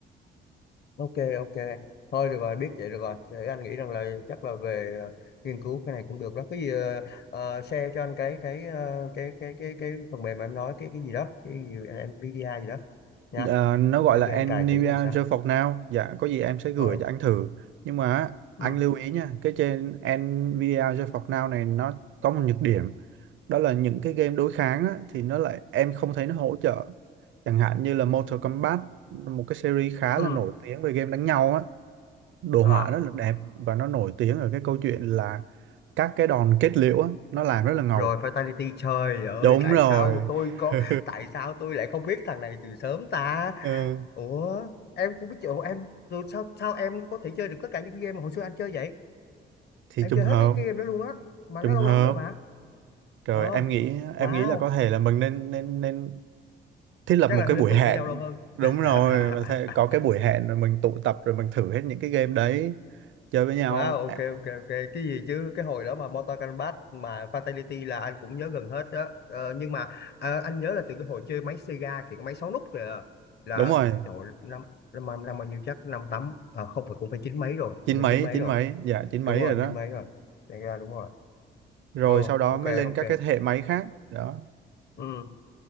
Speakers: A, on the left (about 55°); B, on the right (about 75°).
A: ok ok thôi được rồi biết vậy được rồi để anh nghĩ rằng là chắc là về ờ, nghiên cứu cái này cũng được đó cái gì ờ, ờ, share cho anh cái cái ờ, cái cái cái cái phần mềm mà em nói cái cái gì đó cái gì NVIDIA gì đó nha
B: Ờ, nó gọi
A: để
B: là
A: về anh
B: Nivea
A: cài thử coi sao
B: Gel For Now dạ có gì em sẽ gửi
A: ờ
B: cho anh thử nhưng mà á, anh
A: ừ
B: lưu ý nha cái trên Nvidia Gel For Now này nó có một nhược điểm đó là những cái game đối kháng á, thì nó lại em không thấy nó hỗ trợ chẳng hạn như là Mortal Kombat một cái series khá
A: ừ
B: là nổi tiếng về game đánh nhau á đồ
A: à
B: họa rất là đẹp và nó nổi tiếng ở cái câu chuyện là các cái đòn kết liễu á, nó làm rất là ngầu
A: rồi fatality trời ơi
B: đúng
A: tại
B: rồi
A: sao tôi có
B: <laughs>
A: tại sao tôi lại không biết thằng này từ sớm ta
B: ừ,
A: ủa em cũng biết chỗ em rồi sao sao em có thể chơi được tất cả những game mà hồi xưa anh chơi vậy
B: thì
A: em
B: trùng
A: chơi
B: hợp
A: hết mấy cái game đó luôn á mà
B: trùng
A: nó lâu
B: hợp
A: lắm rồi mà
B: rồi
A: ờ
B: em nghĩ
A: wow
B: em nghĩ là có thể là mình nên nên nên thiết lập
A: chắc
B: một
A: là
B: cái
A: nên
B: buổi
A: tụ
B: hẹn
A: với nhau lâu hơn
B: đúng rồi
A: <laughs>
B: và thế- có cái buổi hẹn rồi mình tụ tập rồi mình thử hết những cái game đấy chơi với nhau
A: Wow, ok
B: À,
A: ok ok cái gì chứ cái hồi đó mà Mortal Kombat mà Fatality là anh cũng nhớ gần hết đó ờ, nhưng mà ờ, anh nhớ là từ cái hồi chơi máy Sega kìa cái máy 6 nút kìa là
B: đúng rồi
A: trời ơi, năm năm năm năm bao nhiêu chắc năm tám à, không phải cũng phải chín mấy rồi
B: chín
A: cũng phải
B: mấy
A: chín mấy
B: chín
A: rồi
B: mấy dạ chín mấy
A: đúng rồi
B: rồi đó
A: chín mấy rồi Sega đúng rồi
B: rồi
A: ồ
B: sau đó
A: ok
B: mới lên
A: ok
B: các cái thế hệ máy khác đó
A: ừ